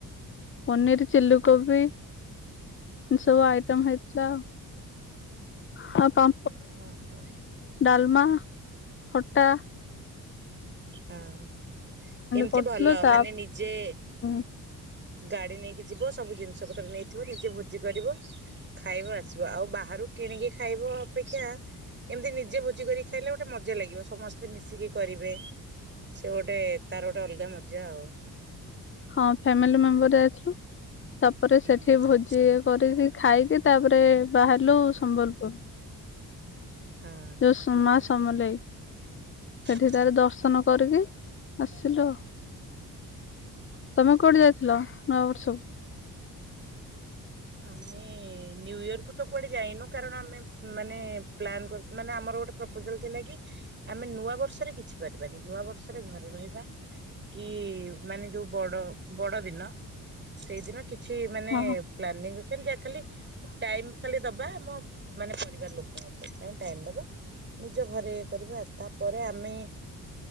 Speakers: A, on the left (about 35°); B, on the right (about 30°).
A: ପନିର ଚିଲିକୋବି ସବୁ
B: ହଁ
A: ଆଇଟମ ହେଇଥିଲା। ହଁ ପା।
B: ଓ ହୋ <inaudible>
A: ଡାଲମା, ଖଟା
B: ହ <inaudible> ହଁ <inaudible> ଏମିତି
A: କରିଥିଲୁ
B: ଭଲ
A: ତା
B: ମାନେ ନିଜେ
A: <inaudible>
B: ଗାଡି ନେଇକି ଯିବ ସବୁ ଜିନିଷ ପତ୍ର ନେଇଥିବ ନିଜେ ଭୋଜି କରିବ ଖାଇବ ଆସିବ। ଆଉ ବାହାରୁ କିଣିକି ଖାଇବ ଅପେକ୍ଷା ଏମିତି ନିଜେ ଭୋଜି କରିକି ଖାଇଲେ ଗୋଟେ ମଜା ଲାଗିବ ସମସ୍ତେ ମିଶିକି କରିବେ ସେ ଗୋଟେ ତାର ଗୋଟେ ଅଲଗା ମଜା ଆଉ।
A: ହଁ। ଫ୍ୟାମିଲି ମେମ୍ବର ଯାଇଥିଲୁ। ତାପରେ
B: ହୁଁ
A: ସେଠି ଭୋଜି କରିକି ଖାଇକି ତାପରେ ବାହାରିଲୁ ସମ୍ବଲପୁର।
B: ହଁ
A: ଯୋଉ ମା ସମଲେଇ ସେଠି
B: ହଁ
A: ତାର ଦର୍ଶନ କରିକି ଆସିଲୁ।
B: ହଁ
A: ତମେ କୋଉଠି ଯାଇଥିଲ? ନୂଆବର୍ଷକୁ
B: ଆମେ ନ୍ୟୁୟରକୁୁ ତ କୁଆଡେ ଯାଇନୁ। କାରଣ ଆମେ ମାନେ ପ୍ଲାନ କର ମାନେ ଆମର ଗୋଟେ ପ୍ରପୋଜାଲ ଥିଲା କି ଆମେ ନୂଆ ବର୍ଷରେ କିଛି କରିବାନି। ନୂଆ ବର୍ଷରେ ଘରେ ରହିବା କି ମାନେ ଯୋଉ ବଡ ବଡ ଦିନ ସେଇଦିନ କିଛି ମାନେ
A: ହଁ
B: ଯ ଖା ଟାଇମ ଖାଲି ଦବା ଆମ ମାନେ ପରିବାର ଲୋକଙ୍କ ପାଇଁ ଟାଇମ ଦବା, ନିଜ ଘରେ କରିବା ତାପରେ ଆମେ